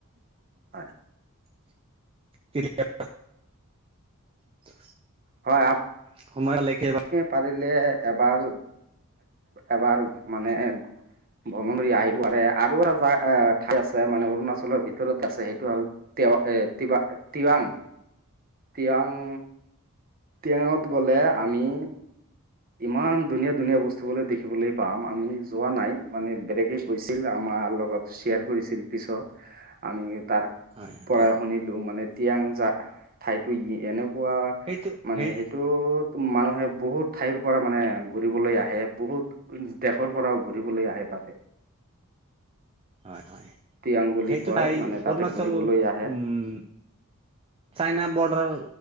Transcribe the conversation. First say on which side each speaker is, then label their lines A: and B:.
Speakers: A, on the right; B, on the right.
A: হয়।
B: <unintelligible> <inaudible>
A: হয় আপ
B: সময়ৰ লৈকে বা
A: পাৰিলে এবাৰ এবাৰ মানে ভ্ৰমণ আহিব আৰু এটা যা ঠাই আছে মানে অৰুণাচলৰ ভিতৰত আছে সেইটো আৰু তেৱ এ তিবাং তিৱাং তিৱাং তিৱাংত গ'লে আমি ইমান ধুনীয়া ধুনীয়া বস্তুবোলে দেখিবলৈ পাম আমি যোৱা নাই মানে বেলেগে গৈছিল আমাৰ লগত শ্বেয়াৰ কৰিছিল পিছত, আমি তাৰ
B: হয় হয়
A: পৰাই শুনিলো মানে তিয়াং জা ঠাইতো এনেকুৱা
B: সেইটো
A: মানে
B: সেই
A: সেইটোত মানুহে বহুত ঠাইৰ পৰা মানে ঘূৰিবলৈ আহে বহুত দেশৰ পৰাও ঘূৰিবলৈ আহে। তাতে
B: হয় হয়।
A: টিয়াং বুলি
B: সেইটো
A: কয়
B: তাই
A: মানে তাতে
B: অৰুণাচল
A: ঘূৰিবলৈ আহে
B: উম। চাইনা বৰ্ডাৰ